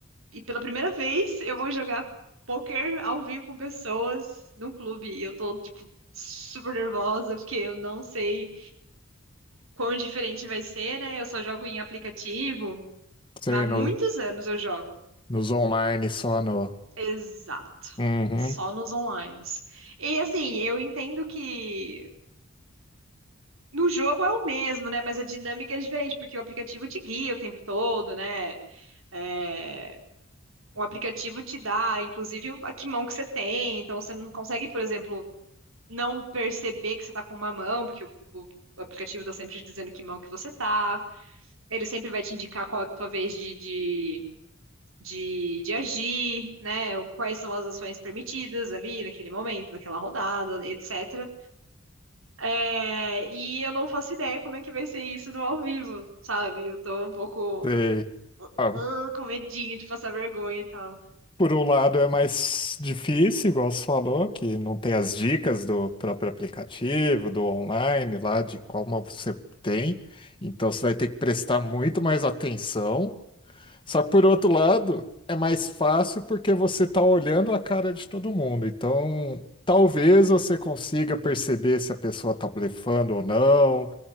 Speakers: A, on the right; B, on the left.
A: E pela primeira vez eu vou jogar poker ao vivo com pessoas num clube. E eu tô, tipo, super nervosa, porque eu não sei quão diferente vai ser, né? Eu só jogo em aplicativo,
B: Você
A: mas há muitos
B: no,
A: anos eu jogo.
B: nos online, só no.
A: Exato.
B: Uhum.
A: Só nos online. E assim, eu entendo que No jogo é o mesmo, né? Mas a dinâmica é diferente, porque o aplicativo te guia o tempo todo, né? É, O aplicativo te dá, inclusive, a que mão que você tem. Então, você não consegue, por exemplo, não perceber que você tá com uma mão, porque o, o- o aplicativo tá sempre te dizendo que mão que você tá. Ele sempre vai te indicar qual é a tua vez de, de, de, de agir, né? Quais são as ações permitidas ali naquele momento, naquela rodada, etc. É, e eu não faço ideia como é que vai ser isso no ao vivo, sabe? Eu tô um pouco
B: Sei. Ah,
A: ah, com medinho de passar vergonha e tal.
B: por um lado é mais difícil, igual você falou, que não tem as dicas do próprio aplicativo, do online lá, de como você tem. Então você vai ter que prestar muito mais atenção. Só que por outro lado, é mais fácil porque você está olhando a cara de todo mundo. Então, talvez você consiga perceber se a pessoa está blefando ou não,